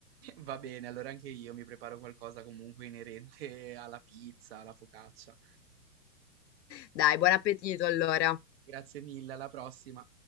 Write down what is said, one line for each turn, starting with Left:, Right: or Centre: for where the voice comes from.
Right: Va bene, allora anche io mi preparo qualcosa comunque inerente alla pizza, alla focaccia.
Left: Dai, buon appetito allora.
Right: Grazie mille, alla prossima.